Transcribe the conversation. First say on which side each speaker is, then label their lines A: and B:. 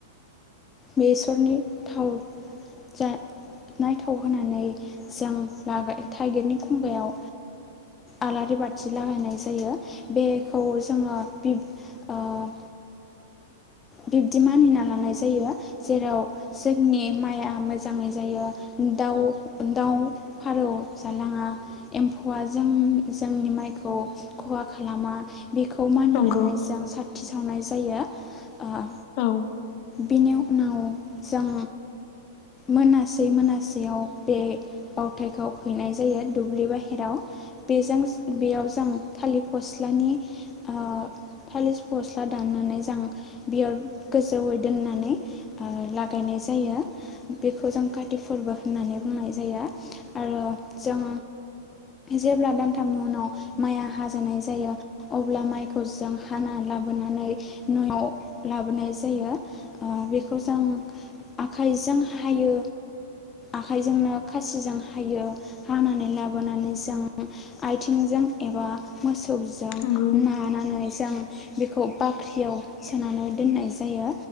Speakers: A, on the left; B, on the left.
A: बेसरनि थाव जानाय थाव होनानै जों लाग थाइगिरनि खंगायाव आलारि बाथि लागायनाय जायो बेखौ जोङो ओ बिब्दि मानिना लानाय जायो जेराव जोंनि माइआ मोजाङै जायो दाउ -दाउ फारौ जालाङा एम्फौआ जों जोंनि माइ खौ खहा खालामा बेखौ मानिनानै
B: नंगौ
A: जों साथि सावनाय जायो। अ
B: औ
A: बेनि उनाव जों मोनासे मोनासेयाव बे बावथायखौ हैनाय जायो दुब्लि बाहेराव बेजों बेयाव जों थालिर फस्लानि ओ थालिर फस्ला दाननानै जों बियाव गोजौै दोननानै ओ लागायनाय जायो बेखौजों काति फोरबो होननानै बुंनाय जायो आरो जों जेब्ला दानथामनि उनाव माइआ हाजानाय जायो अब्ला माइखौ जों हाना लाबोनानै न'आव लाबोनाय जायो ओ बेखौ जों आखाइजों हायो आखाइजोंनो खासिजों हायो हानानै लाबोनानै जों आथिंजों एबा मोसौ थौजों
B: नंगौ
A: नानानै जों बेखौ बाख्रियाव सोनानै दोननाय जायो।